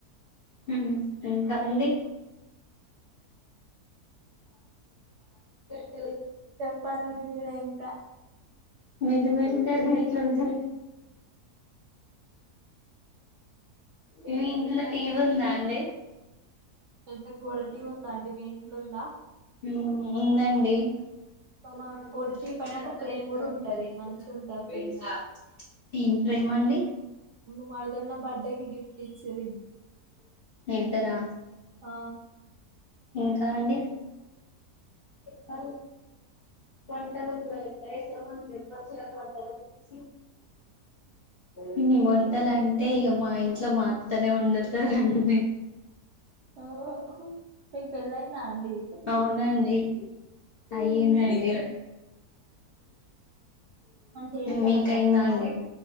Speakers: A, on the left (about 55°); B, on the right (about 60°).
A: మ్ ఇంకా అండీ ట
B: చెప్పాలి మీరే ఇంకా
A: మిల్ మిల్కర్ ఎట్లుంటది మీ ఇంట్లో టీవీ ఉందా అండి
B: పెద్ద గోడటి ఉందండి మీ ఇంట్లుందా
A: మ్ ఉందండి <unintelligible>
B: ఒక మా గోడటి పైన ఒక ఫ్రేమ్ కూడా ఉంటది మంచిగా ఉంటది ఆ ఫ్రేమ్ కూడా
A: దీంట్లో ఏమండి
B: మా మరదలు నా బర్త్డే కి గిఫ్ట్ ఇచ్చిర్రు
A: ఇద్దరా
B: ఆ
A: ఇంకా అండి అ వంటలు ఎట్ల చేస్తారో కొంచం చెప్పచు కదా వంటల గురించి హు వంటాలంటే ఇక మా ఇంట్లో మా అత్తనే వండుతదండి
B: ఆ మీకు పెళ్ళయిందా అండి
A: అవును అండి అయిందండీ
B: మంచిగా చేస్తదా
A: మీకయిందా
B: మీ అత్తమ్మ
A: అండి
B: మరి